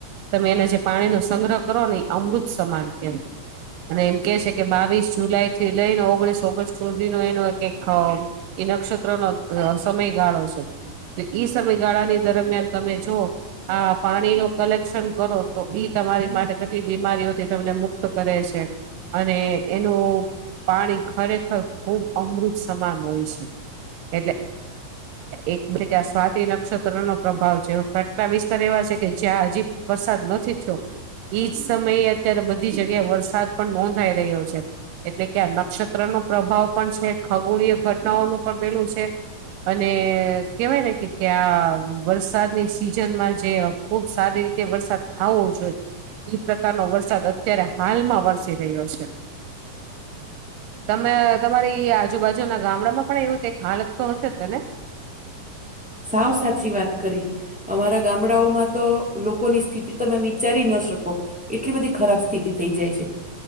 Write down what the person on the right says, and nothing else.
તમે એના જે પાણી નો સંગ્રહ કરો ને એ અમૃત સમાન ક- અને એમ કે છે કે બાવીસ જુલાઈ થી લઈને ઓગણીસ ઓગસ્ટ સુધીનો એનો એક- એ નક્ષત્ર નો સમય ગાળો છે- તો ઈ સમયગાળાની દરમિયાન તમે જો- હા પાણી ન કલેક્શન કરો તો ઈ તમારી માટે ઘટલી બીમારીઓથી તમને મુક્ત કરે છે. અને એનું પાણી ખરેખર ખૂબ અમૃત સમાન હોય છે. એટલે એક કે આ સ્વાતી નક્ષત્ર નો પ્રભાવ છે ફટકા વિસ્તાર એવા છે કે જ્યાં હજી- વરસાદ નથી છો. એઈજ સમયે અત્યારે બધી જગ્યાએ વરસાદ પણ નોંધાઈ રહ્યો છે. એટલે કે આ નક્ષત્ર નો પ્રભાવ પણ છે. ખગોળીય ઘટનાઓનું પણ પેલું છે. અને કેહેવાય ને કે કે આ વરસાદની સિઝનમાં જે- ખુબ સારી રીતે વરસાદ ખાવો જોઈએ- એ પ્રકારનો વરસાદ અત્યારે હાલમાં વરસી રહ્યો છે. તમે તમારી આજુબાજુના ગામડામાં પણ એવું કઈક હાલત તો હશે જ તને-